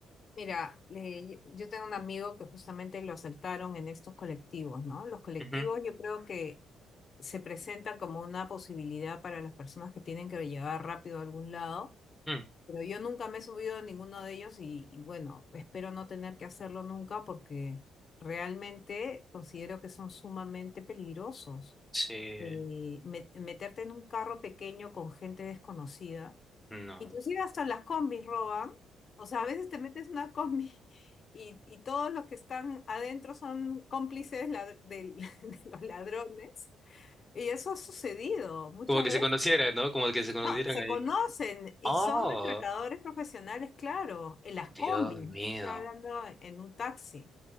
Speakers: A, on the left; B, in the centre.
A: Mira, eh, yo yo tengo un amigo que justamente lo asaltaron en estos colectivos, ¿no? Los colectivos
B: Ujú.
A: yo creo que se presentan como una posibilidad para las personas que tienen que llegar rápido a algún lado,
B: Mm.
A: pero yo nunca me he subido a ninguno de ellos y, y bueno, espero no tener que hacerlo nunca porque realmente considero que son sumamente peligrosos.
B: Sí,
A: eh, me- meterte en un carro pequeño con gente desconocida.
B: no.
A: Inclusive hasta las combis roban. O sea, a veces te metes en una combi <laughs> y, y todos los que están adentro son cómplices lad- del- <laughs> de los ladrones. Y eso ha sucedido muchas
B: Como que
A: veces.
B: se conocieran, ¿no? Como que se conocieran
A: No, se conocen y
B: Oh,
A: son atracadores profesionales, claro, en las
B: Dios
A: combis,
B: mío.
A: no estoy hablando en un taxi.